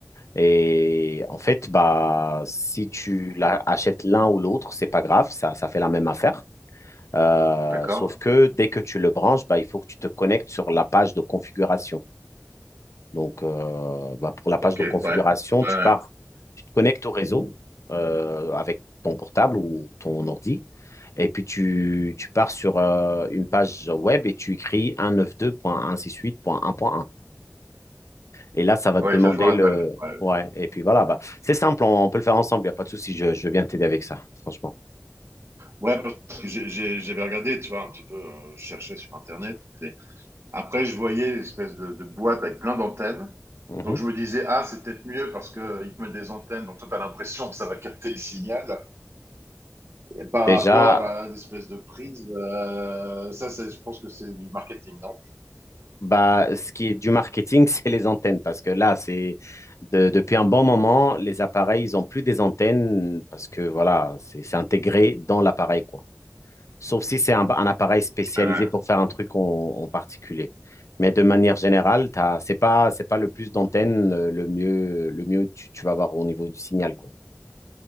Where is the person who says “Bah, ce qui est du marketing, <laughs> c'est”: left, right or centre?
Left